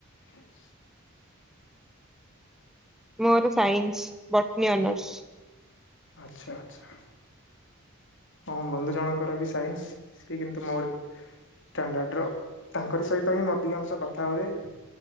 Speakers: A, on the left; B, in the centre.
A: ହସ୍।
B: ମୋର ସାଇନ୍ସ ବଟନୀ ଅନର୍ସ।
A: ଆଚ୍ଛା ଆଚ୍ଛା ହଁ ବନ୍ଧୁ ଜଣଙ୍କର ବି ସାଇନ୍ସ ସିଏ କିନ୍ତୁ ମୋର ଷ୍ଟାଣ୍ଡାର୍ଡର। ତାଙ୍କର ସହିତ ହିଁ ମଧିକାଂଶ କଥା ହୁଏ।